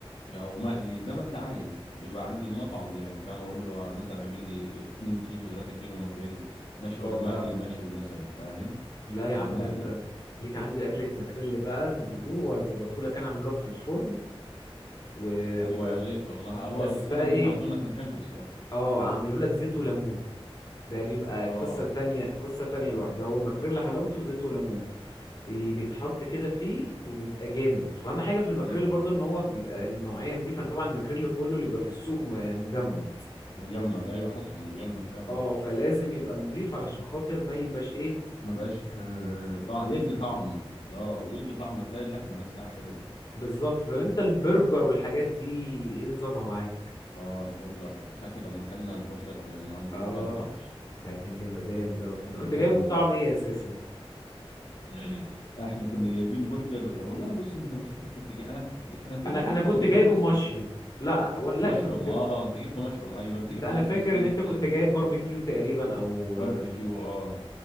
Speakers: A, on the left; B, on the left.
A: يعني او مقلي زي ما انت عايز بيبقى عند المطعم يعني فاهم اقول له مثلا اعمل لي 2 كيلو 3 كيلو مكريل مشوي
B: اه
A: ولا مقلي
B: فاهمك
A: مشوي مثلا فاهم
B: لا يا
A: او
B: عم
A: مقلي
B: ده انت ليك عندي اكله ماكريل بقى نجيبوه واظبطه لك انا اعمله لك في الفرن و...
A: ايوه
B: و...
A: يا ريت والله
B: بس
A: هو السمك
B: بقى ايه
A: اللي انت عملته لنا كان حلو الصراحه
B: اه اعمله لك زيت وليمون ده بيبقى
A: اه
B: قصة تانية قصة تانية لوحدها هو الماكريلا حلاوته زيت وليمون ي- بيتحط كده فيه وبيبقى جامد واهم حاجة في الماكريلا
A: ايوه
B: برضو ان هو بيبقى النوعية نضيفة أنا طبعا الماكريلا كله اللي بيبقى في السوق م- مجمد
A: مجمد ايوه حصل مجمد فعلا
B: اه فلازم يبقى نضيف علشان خاطر ما يبقاش ايه
A: ما بقاش آه، ضاع يدي
B: زفر
A: طعم اه ويدي طعم تلاقي اللحمه نفسها حلوه
B: بالظبط طب انت البرجر والحاجات دي ايه نظامها معاك
A: اه البرجر فاكر لما كنا البرجر من عند
B: اه
A: برجر الوحش
B: ده كان جمدان دوت انت
A: اللي
B: كنت
A: كان
B: جايبه بطعم ايه اساسا
A: <laughs> احنا كنا جايبين برجر والله بص انت مش فاكر كنت جاي انا كنت جاي احنا كنا
B: انا
A: الاتنين
B: انا
A: كنا
B: كنت
A: جايبين
B: جايبه
A: نفس
B: مشيوم لا ولا لا
A: المشروم
B: انت كنت
A: اه آه، انت جبت مشروم ايوه انت
B: انت
A: جبت
B: انا
A: مشروم
B: فاكر
A: بس انا
B: ان
A: جبت
B: انت كنت جايب باربيكيو تقريبا او
A: باربيكيو اه